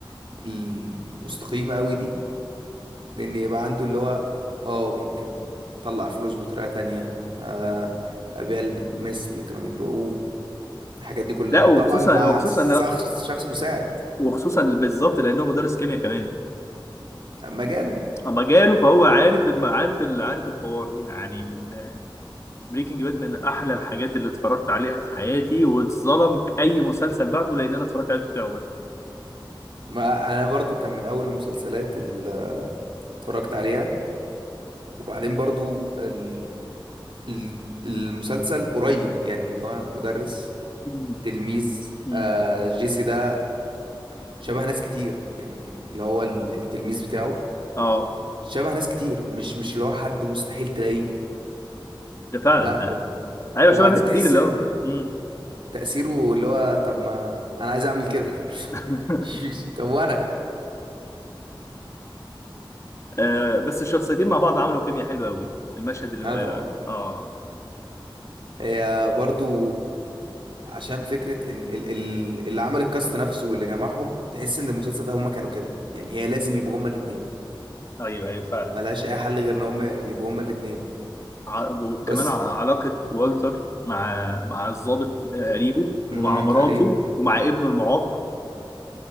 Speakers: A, on the right (about 70°); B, on the left (about 35°).
A: المستقيمة قوي دي لان يبقى عنده اللي هو اه ممكن طلع فلوس بطريقة تانية آه، ابيع المس اللي كانوا بيبيعوه الحاجات دي كلها
B: لا وخصوصا
A: طبعا مع
B: وخصوصا
A: شخص شخص مساعد
B: وخصوصا بالظبط لانه مدرس كيمياء كمان
A: مجاله
B: اما جاله فهو عارف
A: مجاله
B: الم... عارف ال... عارف الحوار يعني من بريكنج باد من احلى الحاجات اللي اتفرجت عليها في حياتي واتظلم اي مسلسل بعده لان انا اتفرجت عليه في الاول
A: ما انا برضو كان من اول المسلسلات اللي اتفرجت عليها وبعدين برضو ال... ال- المسلسل قريب يعني اللي هو مدرس
B: مم.
A: تلميذ
B: مم.
A: آه جيسي ده شبه ناس كتير يعني اللي هو ال- التلميذ بتاعه
B: اه
A: شبه ناس كتير مش مش اللي هو حد مستحيل تلاقيه
B: ده فعلا
A: لا
B: حقيقة.
A: وب-
B: ايوه
A: وبعدين
B: شبه ناس كتير
A: تحس
B: اللي
A: ان
B: هو مم.
A: تأثيره اللي هو طب ما انا عايز اعمل كده
B: <laughs>
A: <laughs> مش- مش- طب وانا
B: آه بس الشخصيتين مع بعض عملوا كيمياء حلوه قوي المشهد اللي
A: لا
B: اه
A: طبعا
B: آه.
A: هي برضو عشان فكرة ال- ال- ال- اللي عمل الكاست نفسه واللي جمعهم تحس ان المسلسل ده هما كانوا كده يعني هي لازم يبقوا هما الاتنين
B: ايوه ايوه فعلا
A: ملهاش اي حل غير ان هما يبقوا هما الاتنين
B: ع- وكمان
A: بس
B: ع- علاقه والتر مع مع الضابط آه، قريبه ومع
A: امم
B: مراته
A: اريو
B: ومع ابنه المعاق